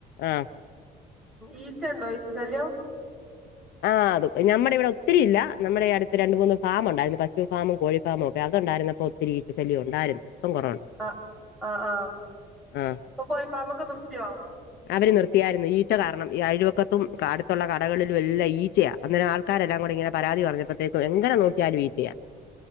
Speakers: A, on the left; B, in the centre.
A: ആ
B: ഈച്ച ഉണ്ടോ ഈച്ച ശല്യം
A: ആ അതും നമ്മുടെ ഇവിടെ ഒത്തിരി ഇല്ല നമ്മുടെ അടുത്ത് രണ്ടുമൂന്നു ഫാം ഉണ്ടായിരുന്നു പശുഫാംമും കോഴി ഫാമുമൊക്കെ അതോണ്ടായിരുന്നപ്പോൾ ഈച്ച ശല്യം ഉണ്ടായിരുന്നു. ഇപ്പം കുറവുണ്ട്
B: ആ ആ
A: ആ
B: ഇപ്പൊ കോഴിഫാമൊക്ക നിർത്തിയോ?
A: അവര് നിർത്തിയായിരുന്നു ഈച്ച കാരണം ഈ അയൽ വക്കത്തും അടുത്തുള്ള കടകളിലൊല്ലാം ഈ ഈച്ചയാ അന്നേരം ആൾക്കാരല്ലാകൂടെ ഇങ്ങനെ പരാതി പറഞ്ഞപ്പോഴേത്തേക്കും എന്ന ന നോക്കിയാലും ഈച്ചയാ